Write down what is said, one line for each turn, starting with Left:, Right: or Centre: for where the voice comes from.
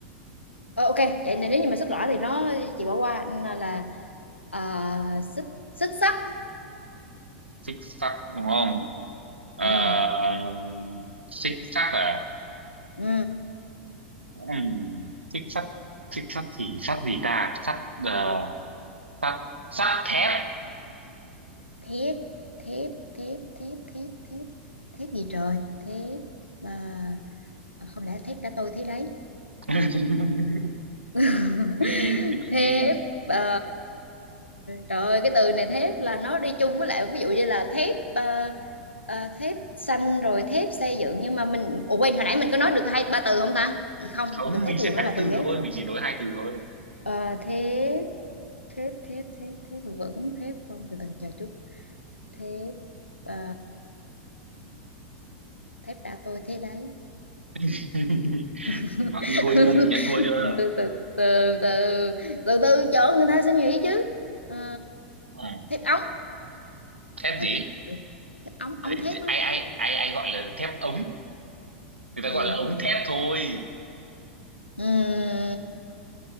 Left: Ờ, ok vậy nên nếu như mà xích lõa thì nó chị bỏ qua là, là ờ, xích xích sắt
Right: xích sắt đúng không Ờ,
Left: ừ
Right: xích sắt à
Left: ừ
Right: Ừm, xích sắt xích sắt thì sắt gì ta sắt ờ, sắt sắt thép
Left: thép thép thép thép thép thép thép gì trời thép à, à, không lẽ thép đã tôi thế đấy
Right: <laughs>
Left: <laughs>
Right: thì chị nói
Left: thép
Right: đi
Left: ờ, trời ơi cái từ này thép là nó đi chung với lại ví dụ như là thép ờ, ờ, thép xanh rồi thép xây dựng nhưng mà mình ủa quên hồi nãy mình có nói được hai ba từ không ta hay không
Right: không
Left: từ thép
Right: mình sẽ
Left: xây dựng
Right: hai
Left: đó là
Right: từ
Left: từ ghép
Right: thôi
Left: rồi
Right: mình chỉ nói hai từ thôi
Left: Ờ, thép thép thép thép thép vẫn thép không từ từ chờ chút thép ờ, thép đã tôi thế đấy
Right: <laughs>
Left: <laughs>
Right: Đó, chị thua chưa chị nhận thua chưa
Left: từ từ từ từ từ từ chỗ người ta sẽ nghĩ chứ Ờ,
Right: ừ.
Left: thép ống
Right: thép
Left: ừ
Right: gì
Left: được thép ống
Right: Đấy,
Left: ống thép á
Right: ai ai ai ai gọi là thép ống người ta
Left: ờ
Right: gọi
Left: giờ
Right: là
Left: không
Right: ống
Left: được hả
Right: thép thôi
Left: Ừm,